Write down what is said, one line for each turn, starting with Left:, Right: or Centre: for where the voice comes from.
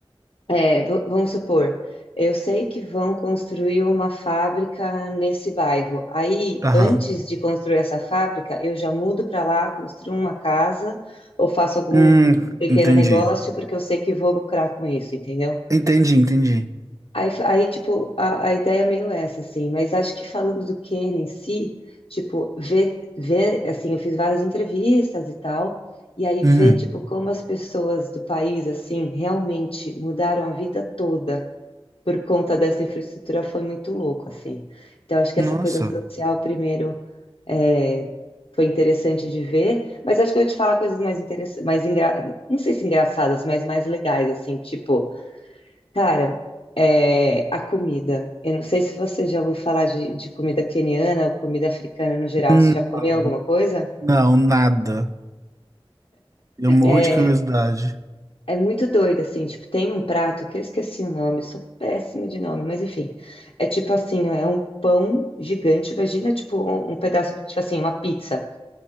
Left: é, v- vamos supor, eu sei que vão construir uma fábrica nesse bairro. Aí,
Right: Aham.
Left: antes de construir essa fábrica, eu já mudo para lá, construo uma casa ou faço algum
Right: Hum,
Left: pequeno
Right: entendi.
Left: negócio porque eu sei que vou lucrar com isso, entendeu?
Right: Entendi, entendi.
Left: Aí, aí, tipo, a, a ideia é meio essa, assim, mas acho que falando do Ken em si, tipo, ver, ver, assim, eu fiz várias entrevistas e tal, e aí ver,
Right: Uhum.
Left: tipo, como as pessoas do país, assim, realmente mudaram a vida toda por conta dessa infraestrutura foi muito louco, assim. Então, acho que
Right: Nossa.
Left: essa coisa social, primeiro, é, foi interessante de ver, mas acho que eu ia te falar coisas mais interessantes, mais engra... não sei se engraçadas, mas mais legais, assim, tipo Cara, é, a comida. Eu não sei se você já ouviu falar de, de comida queniana ou comida africana no geral.
Right: Não,
Left: Você já comeu alguma coisa?
Right: não, nada. Eu morro
Left: É,
Right: de curiosidade.
Left: é muito doido, assim. Tipo, tem um prato que eu esqueci o nome, eu sou péssima de nome, mas enfim. É tipo assim, é um pão gigante. Imagina, tipo, um, um pedaço, tipo assim, uma pizza.